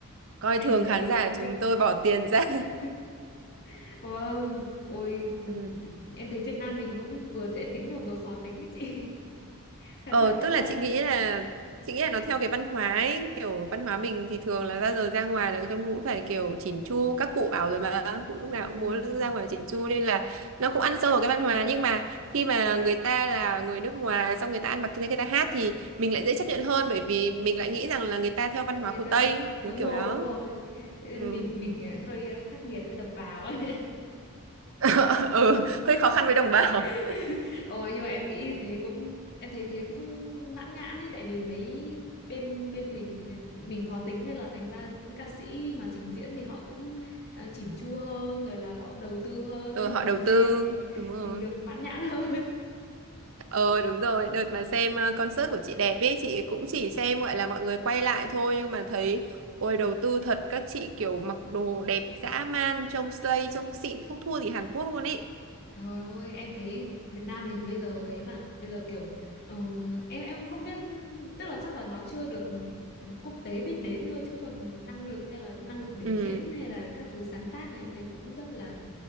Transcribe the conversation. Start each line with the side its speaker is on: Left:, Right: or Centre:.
Right: coi
Left: em
Right: thường
Left: thấy
Right: khán giả chúng tôi bỏ tiền ra
Left: <laughs> vâng ôi
Right: ừ. <laughs>
Left: em thấy Việt Nam mình cũng vừa dễ tính mà vừa khó tính ý chị <laughs> khán
Right: ờ
Left: giả Việt
Right: tức là
Left: Nam
Right: chị nghĩ là chị nghĩ là nó theo cái văn hóa ấy. kiểu văn hóa mình thì thường là ra giờ ra ngoài là trông cũng phải kiểu chỉn chu các cụ bảo rồi mà cũng lúc nào
Left: ừ.
Right: cũng muốn ra ngoài chỉn chu nên là nó cũng ăn sâu vào cái văn hóa nhưng mà khi mà người ta là người nước ngoài xong người ta ăn mặc như thế người ta hát thì mình lại dễ chấp nhận hơn bởi vì mình lại nghĩ rằng là người ta theo
Left: người
Right: văn hóa của
Left: ta
Right: Tây
Left: đúng
Right: kiểu kiểu
Left: rồi
Right: đó
Left: đúng rồi Thế
Right: ừ.
Left: nên mình mình ờ, hơi ờ, khắc nghiệt với đồng bào ấy
Right: <laughs> ừ hơi khó khăn với đồng bào
Left: <laughs> Ôi nhưng mà em nghĩ thế cũng em thấy thế cũng mãn nhãn ấy tại vì mấy bên bên mình thì mình khó tính nên là thành ra những ca sĩ mà trình diễn thì họ cũng ờ, chỉn chu hơn rồi là họ đầu tư hơn
Right: ừ,
Left: thế
Right: họ
Left: là mình
Right: đầu
Left: xem
Right: tư
Left: thì
Right: đúng rồi
Left: mình được mãn nhãn <laughs> hơn
Right: Ờ đúng rồi, đợt mà xem ờ, concert của chị đẹp ấy, chị cũng chỉ xem gọi là mọi người quay lại thôi nhưng mà thấy ôi đầu tư thật các chị kiểu mặc đồ đẹp dã man, trông slay, trông xịn không thua gì Hàn Quốc luôn ý.
Left: Trời ơi, em thấy Việt Nam mình bây giờ ấy mà, bây giờ kiểu ờ, em em cũng không biết, tức là chắc là nó chưa được quốc tế biết đến thôi chứ còn năng lực hay là năng lực biểu
Right: Ừ,
Left: diễn hay là các thứ sáng tác thì em thấy cũng rất là